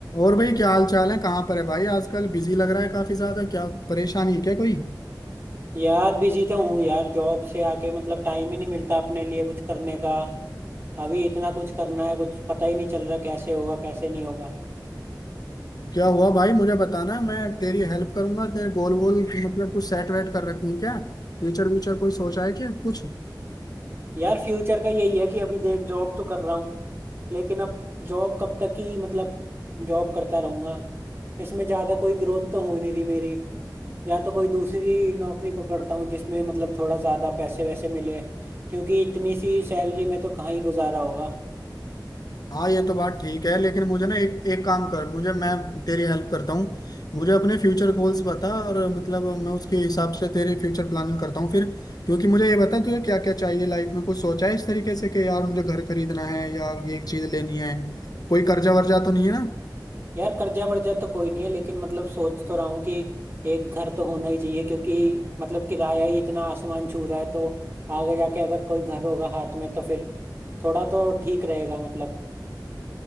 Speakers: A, on the left (about 60°); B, on the right (about 30°).
A: और भाई क्या हाल चाल है कहाँ पर है भाई आजकल बिजी लग रहा है काफी ज्यादा क्या परेशानी है क्या कोई
B: यार बिजी तो हूँ यार जॉब से आके मतलब टाइम ही नहीं मिलता अपने लिए कुछ करने का अभी इतना कुछ करना है कुछ पता ही नहीं चल रहा कैसे होगा कैसे नहीं होगा
A: क्या हुआ भाई मुझे बताना मैं तेरी हेल्प करूंगा तेरे गोल गोल मतलब कुछ सेट वेट कर रखी है क्या फ्यूचर व्यूचर कोई सोचा है क्या कुछ
B: यार फ्यूचर का यही है कि अभी देख जॉब तो कर रहा हूँ लेकिन अब जॉब कब तक ही मतलब जॉब करता रहूंगा इसमें ज़्यादा कोई ग्रोथ तो हो नहीं रही मेरी या तो कोई दूसरी नौकरी पकड़ता हूँ जिसमें मतलब थोड़ा ज़्यादा पैसे वैसे मिले क्योंकि इतनी सी सैलरी में तो कहाँ ही गुजारा होगा
A: हाँ ये तो बात ठीक है लेकिन मुझे ना एक एक काम कर मुझे मैं तेरी हेल्प करता हूँ मुझे अपने फ्यूचर गोल्स बता और मतलब मैं उसके हिसाब से तेरे फ्यूचर प्लानिंग करता हूँ फिर क्योंकि मुझे ये बता तुझे क्या क्या चाहिए लाइफ में कुछ सोचा है इस तरीके से कि यार मुझे घर खरीदना है या ये चीज लेनी है कोई कर्जा वर्जा तो नहीं है ना
B: यार कर्जा वर्जा तो कोई नहीं है लेकिन मतलब सोच तो रहा हूँ कि एक घर तो होना ही चाहिए क्योंकि मतलब किराया ही इतना आसमान छू रहा है तो आगे जाके अगर कोई घर होगा हाथ में तो फिर थोड़ा तो ठीक रहेगा मतलब